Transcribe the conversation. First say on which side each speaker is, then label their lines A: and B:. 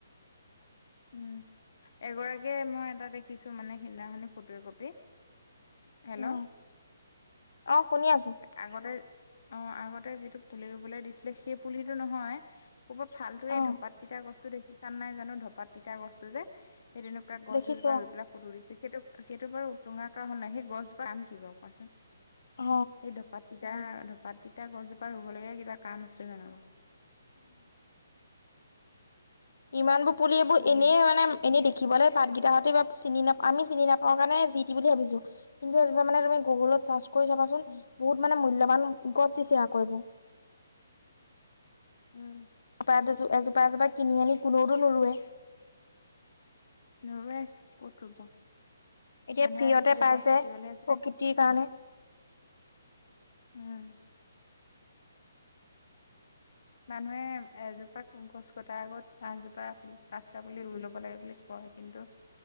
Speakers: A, on the left; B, on the left.
A: উম, এগৰাকীয়ে মই এটা দেখিছো মানে সিদিনাখনি ফটো কপি। হেল্ল'
B: অ অ শুনি আছো
A: আগতে অ আগতে যিটো পুলি ৰুবলৈ দিছিলে সেই পুলিটো নহয় ক'ব ফালো এই
B: অ
A: ধপাত তিতা গস্ত <inaudible> দেখি চাম নাই জানো ধপাত তিতা গছটো যে সেই তেনেকুৱা গছ
B: দেখিছো
A: এজোপা ৰুই পেলাই ফটো দিছো সেইটো সেইটো বাৰু টুঙা ক হ নাই সেই গছ বা আম কি বাৰু কোৱাচোন
B: অ অ
A: সেই ধোপাত তিতাৰ <inaudible> ধপাত তিতা গছজোপা ৰুবলগীয়া কিবা কাম আছে জানো
B: ইমান বোৰ পুলি এইবোৰ
A: উম
B: এনেই মানে এনেই শিকিবলৈ পাতকেইটাহতে বা চিনি নাপ আমি চিনি নাপাওঁ কাৰণে যি ি বুলি ভাবিছো কিন্তু মানে তুমি গুগুলত চাৰ্চছ <inaudible> কৰি চাবাচোন
A: উম
B: বহুত মানে মূল্যা বান গছ দিছে আকৌ এইবোৰ।
A: উম
B: এজোপা দু এজোপা এজোপা
A: হয়।
B: কিনি আনি কোনেওতো নুৰোৱে।
A: নৰুোৱে ক'ত ৰুব
B: এতিয়া
A: মানুহে
B: ফ্ৰীয়তে
A: আজিকালি
B: পাইছে
A: গছ কাটিবলৈহে চায়।
B: প্ৰকৃতিৰ কাৰণে
A: উম মানুহে এজোপা গছ কটাৰ আগত পাঁছজোপা পচ্তা পুলি ৰুই লব লাগে বুলি কয়। কিন্তু